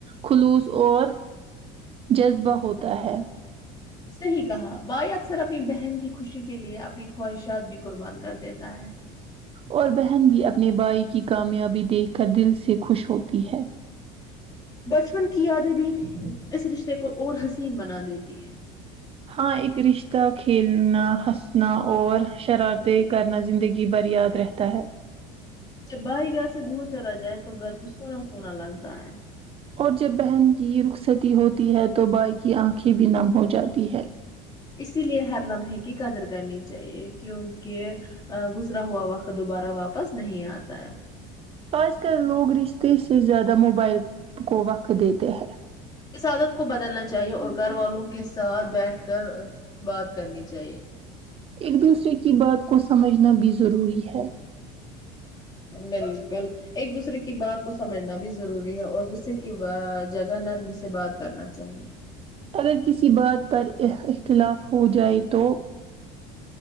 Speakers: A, on the right; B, on the left.
A: خلوص اور جذبہ ہوتا ہے
B: صحیح کہا بھائی اکثر اپنی بہن کی خوشی کے لیے اپنی خواہشات بھی قربان کر دیتا ہے
A: اور بہن بھی اپنے بھائی کی کامیابی دیکھ کر دل سے خوش ہوتی ہے
B: بچپن کی یادیں بھی اس رشتے کو اور حسین بنا دیتی ہیں
A: ہاں ایک رشتہ کھیلنا ہنسنا اور شرارتیں کرنا زندگی بھر یاد رہتا ہے
B: جب بھائی گھر سے دور چلا جائے تو گھر کچھ سونا سونا لگتا ہے
A: اور جب بہن کی رخصتی ہوتی ہے تو بھائی کی آنکھیں بھی نم ہو جاتی ہے
B: اسی لیے ہر لمحے کی قدر کرنی چاہیے کیونکہ گزرا ہوا وقت دوبارہ واپس نہیں آتا ہے
A: آج کل لوگ رشتے سے زیادہ موبائل کو وقت دیتے ہیں
B: اس عادت کو بدلنا چاہیے اور گھر والوں کے ساتھ بیٹھ کر بات کرنی چاہیے
A: ایک دوسرے کی بات کو سمجھنا بھی ضروری ہے
B: بالکل ایک دوسرے کی بات کو سمجھنا بھی ضروری ہے اور غصے کی جگہ نرمی سے بات کرنا چاہیے
A: اگر کسی بات پر اختلاف ہو جائے تو